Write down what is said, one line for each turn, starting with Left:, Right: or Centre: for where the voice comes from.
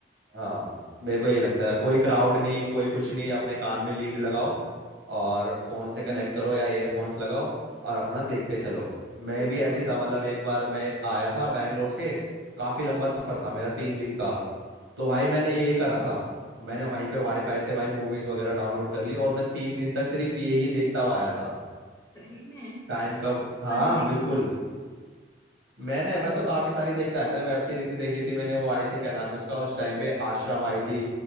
Right: हाँ मेरे को ये लगता है कोई क्राउड नहीं कोई कुछ नहीं अपने कान में लीड लगाओ और फोन से कनेक्ट
Left: हम्म
Right: करो या एयरफोन्स लगाओ और अपना देखते चलो मैं
Left: बिल्कुल
Right: भी ऐसी था
Left: बिल्कुल
Right: मतलब एक बार मैं आया था बैंगलोर से काफी लंबा सफर था मेरा तीन दिन का तो भाई मैंने यही करा था मैंने वहीं पे वाईफाई से भाई मूवीज वगैरह डाउनलोड कर ली और मैं तीन दिन तक सिर्फ ये ही देखता हुआ आया था
Left: सही में
Right: टाइम कब
Left: कौन
Right: हाँ
Left: सी देखी
Right: बिल्कुल
Left: तूने
Right: मैंने मैं तो काफी सारी देखता आया था वेब सीरीज भी देख ली थी मैंने वो आई थी क्या नाम है उसका उस टाइम पे आश्रम आई थी